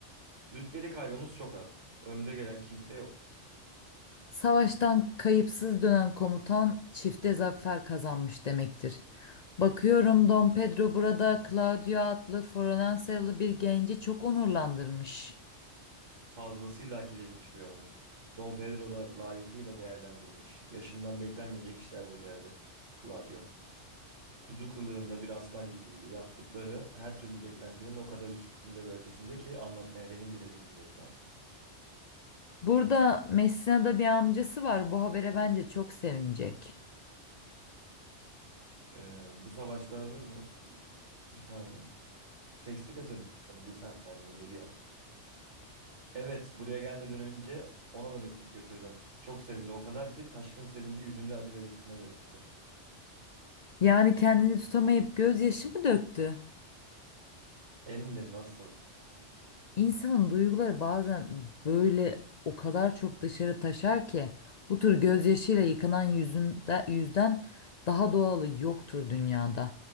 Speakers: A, on the right (about 75°); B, on the left (about 55°).
A: Rütbeli kaybımız çok az. Önde gelen kimse yok.
B: Savaştan kayıpsız dönen komutan çifte zafer kazanmış demektir. Bakıyorum Dom Pedro burada Claudio adlı Floransalı bir genci çok onurlandırmış.
A: Fazlasıyla hak edilmiş bir onur. Don Pedro da layıkıyla değerlendirmiş. Yaşından beklenmeyecek işler becerdi. Claudio. Kuzu kılığında bir aslan gibiydi. Yaptıkları her türlü beklentinin o kadar üstünde ve ötesinde ki anlatmaya benim bile dilim yetmez.
B: Burada Messina'da bir amcası var. Bu habere bence çok sevinecek.
A: Ee, bu savaşlarda ne? Bir saniye. Teksti kaçırdım. Bir saniye geliyor. Evet, buraya gelmeden önce ona da mektup götürdüm. Çok sevindi o kadar ki taşkın sevinci yüzünde acı belirtisine dönüştü.
B: Yani kendini tutamayıp gözyaşı mı döktü?
A: Hem de nasıl?
B: İnsanın duyguları bazen böyle o kadar çok dışarı taşar ki bu tür gözyaşıyla yıkanan yüzünde, yüzden daha doğalı yoktur dünyada.